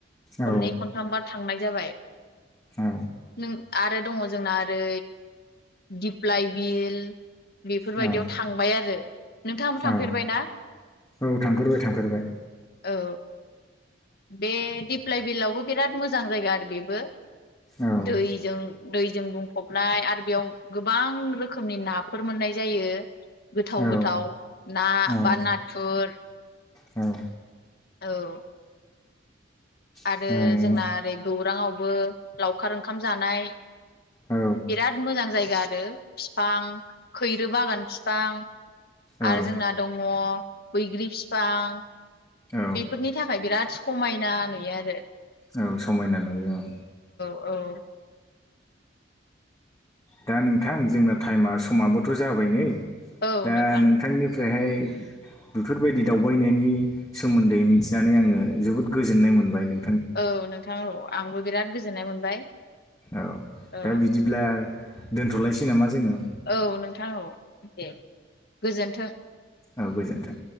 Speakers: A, on the left; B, on the left.
A: औ
B: खननै खनथामबा थांनाय जाबाय
A: औ
B: नों आरो दङ जोंना ओरै दिप्लइ बिल बेफोरबायदियाव
A: औ
B: थांबाय आरो नोंथाङो थांफेरबाय
A: औ
B: ना?
A: औ थांफेरबाय थांफेरबाय
B: औ बे दिप्लाय बिलावबो बिराद मोजां जां जायगा आरो बेबो
A: औ
B: दैजों दैजों बुंफबनाय आरो बेयाव गोबां रोखोमनि नाफोर मोननाय जायो गोथाव
A: औ
B: गोथाव ना
A: औ
B: बा नाथुर
A: औ
B: औ आरो
A: उम,
B: जोंना ओरै गौरांआवबो लावखार ओंखाम जानाय
A: औ
B: बिराद मोजां जायगा आरो फिफां खैरो बागान फिफां
A: औ
B: आरो जोंना दङ बैग्रि फिफां
A: औ
B: बेफोरनि थाखाय बिराद समायना नुयो आरो
A: औ समायना नुयो औ
B: औ
A: दा नोंथां जोंना टायेमा समाबोथ' जाबाय नै
B: औ
A: दा
B: नोंथां
A: नोंथांनि फ्रायहाय बेफोरबायदि दावबायनायनि सोमोन्दै मिथिनानै आङो जोबोद गोजोननाय मोनबाय नों
B: औ नोंथां औ आंबो बिराद गोजोननाय मोनबाय।
A: औ
B: औ
A: दा बिदिब्ला दोनथ'लायसै नामा? जोङो
B: औ नोंथां औ दे गोजोनथों!
A: औ गोजोन्थों!